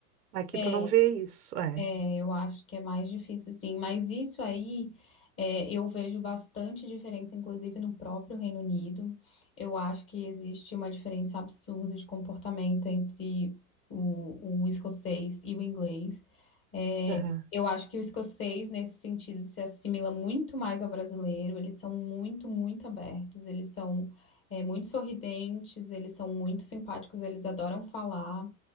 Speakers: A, on the right; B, on the left.
A: Aqui
B: É,
A: tu não vê isso. É.
B: É, eu acho que é mais difícil, sim. Mas isso aí, é, eu vejo bastante diferença, inclusive no próprio Reino Unido. Eu acho que existe uma diferença absurda de comportamento entre o, o escocês e o inglês. É,
A: Aham,
B: eu acho que o escocês, nesse sentido, se assimila muito mais ao brasileiro. Eles são muito, muito abertos, eles são, é, muito sorridentes, eles são muito simpáticos, eles adoram falar.